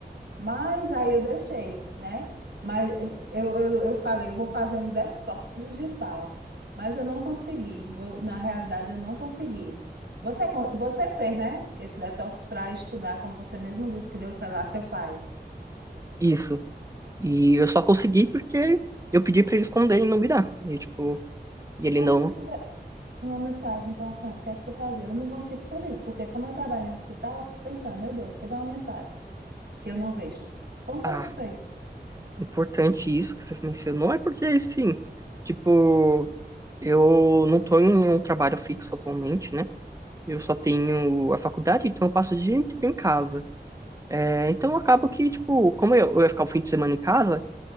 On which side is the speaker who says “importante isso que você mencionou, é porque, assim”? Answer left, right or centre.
Right